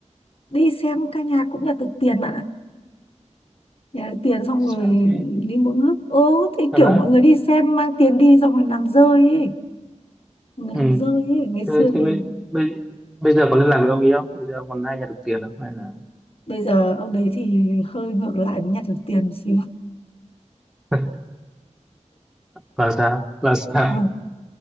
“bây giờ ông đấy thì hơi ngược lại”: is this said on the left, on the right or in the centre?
Left